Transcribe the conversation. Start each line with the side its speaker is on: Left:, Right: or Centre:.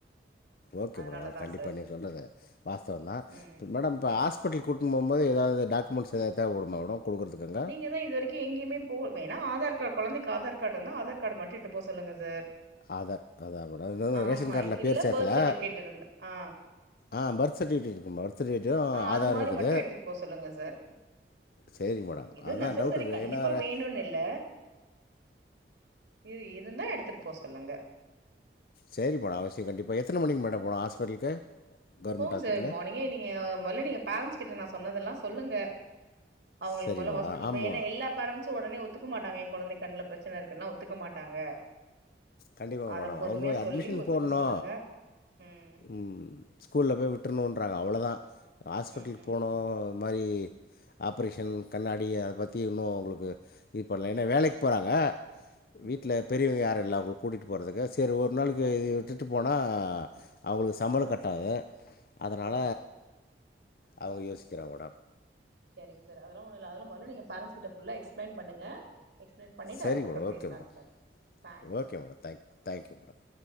Left: ஓகே
Right: அதனாலதா
Left: மேடம் கண்டிப்பா
Right: சார்
Left: நீ சொல்றது வாஸ்தவந்தா
Right: ம்
Left: மேடம் இப்ப
Right: ம்
Left: ஆஸ்பிட்டல் கூட்டுபோம் போது எதாவது டாக்குமெண்ட்ஸ் எதாவது தேவப்படுமா மேடம் கொடுக்குறதுக்குங்க
Right: நீங்கதா இது வரைக்கு எங்கமே போ வேணா ஆதார் கார்டு கொழந்தைக்கு ஆதார் கார்டு இருந்தா ஆதார் கார்டு மட்டு எட்டு போக சொல்லுங்க சார்
Left: ஆதார் அதா மேடம் இன்னு
Right: ஆமா
Left: ரேஷன் கார்டுல பேர்
Right: இல்ல
Left: சேத்தல
Right: பர்த் சர்டிபிகேட் இருந்தா ஆ
Left: ஆ பர்த் சர்ட்டிஃபிகேட் இருக்கு மே பர்த் சர்டிஃபிகேட்டு
Right: ஆ
Left: ஆதாரு
Right: அது மாரி
Left: இருக்குது
Right: மட்டு எடுத்துட்டு போ சொல்லுங்க சார்
Left: சேரிங் மேடம்
Right: இது
Left: அதுதான்
Right: நெசசரி
Left: டவுட் இருக்குது
Right: கண்டிப்பா
Left: ஏன்னா ர-
Right: வேணுனு இல்ல இது இரு ந்தா எடுத்துட்டு போ சொல்லுங்க
Left: சேரி மேடம் அவசிய கண்டிப்பா எத்தன மணிக்கு மேடம் போனு ஹாஸ்பிட்டலுக்கு கவர்மெண்ட்
Right: போங்க
Left: ஹாஸ்பிட்டலு
Right: சார் மார்னிங்கே நீங்க மொதல்ல நீங்க பேரண்ட்ஸ் கிட்ட நா சொன்னதெல்லா சொல்லுங்க அவங்களுக்கு
Left: சரிங்க
Right: மொதல்ல
Left: மேடம்
Right: ஹஸ்பிட்டல்
Left: ஆமாம்
Right: போய் ஏன்னா எல்லா பேரண்ட் ஸ் ஒடனே ஒத்துக்க மாட்டாங்க என் கெழந்தைக்கு கண்ணுல பிரச்சன இருக்குன்னுலா ஒத்துக்க மாட்டாங்க
Left: கண்டிப்பா
Right: அத
Left: மேடம்
Right: பொறுமையா
Left: அவங்க அட்மிஷன்
Right: சொல்லி ஒத்துக்க
Left: போட்ணு,
Right: சொல்லுங்க ம்
Left: ம் ஸ்கூல்ல போய் விட்ருனுட்றாங்க அவ்ளவுதா ஹாஸ்பிட்டலுக்கு
Right: ம் ம்
Left: போனோ
Right: ம்
Left: இது மாரி ஆப்ரேஷன் கண்ணாடி அத பத்தி இன்னு அவங்களுக்கு இது பண்ணல ஏன்னா வேலைக்கு போறாங்க வீட்ல
Right: ம்
Left: பெரியவங்க யாரும் இல்ல அவங்களுக் வுட்டு போறதுக்கு சேரி ஒரு நாளைக்கு
Right: சரிங்க
Left: இது விட்டுட்டு
Right: சார்
Left: போனா அவங்களுக்கு சம்பள கட்டாது அதனால
Right: சரிங்க சார்
Left: அவங்க யோசிக்கிறாங்க மேடம்
Right: சேரிங்க சார் அதெல்லா ஒன்னு இல்ல அதெல்லா முதலே நீங்க பேரண்ட்ஸ் கிட்ட ஃபுல்லா எக்ஸ்ப்ளைன் பண்ணுங்க எக்ஸ்பிளைன் பண்ணிட்டு
Left: செரி
Right: அதுக்கப்புறம்
Left: மேடம் ஓகே
Right: பேசலாங்க
Left: madam
Right: sir thank you
Left: okay
Right: sir
Left: madam thank thank you madam